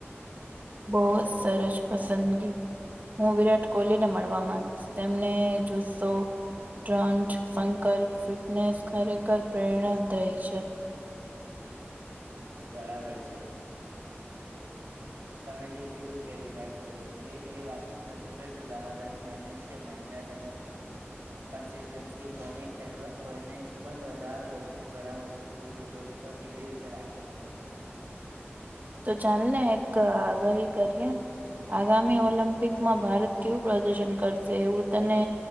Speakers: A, on the right (about 40°); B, on the right (about 80°).
A: બહુ જ સરસ પસંદગી હું વિરાટ કોહલી ને મળવા માંગીશ તેમને જોશો <unintelligible> સંકલ્પ ફિટનેસ ખરેખર છે.
B: બરાબર છે.
A: <unintelligible>
B: તમે જેમ કીધું વિરાટ કોહલી તે એ વાતનું પ્રત્યેક ઉદાહરણ છે મહેનત અને <unintelligible> કન્સિસ્ટન્સી કોને કહેવા કોઈને પણા ઘણા વર્ષો સુધી ટોચ કેવી રીતે રાખી શકે છે.
A: તો ચાલ ને એક આગાહી કરીએ આગામી ઓલિમ્પિકમાં ભારત કેવું પ્રદર્શન કરશે, એવું તને